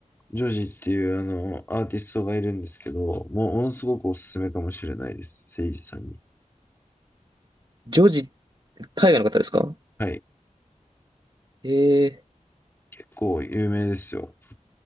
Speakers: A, on the left; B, on the right.
A: ジョージっていう、あの、アーティストがいるんですけど、もう、ものすごくおすすめかもしれないです。セイジさんに。
B: ジョジ、海外の方ですか
A: はい。
B: ええ
A: 結構有名ですよ。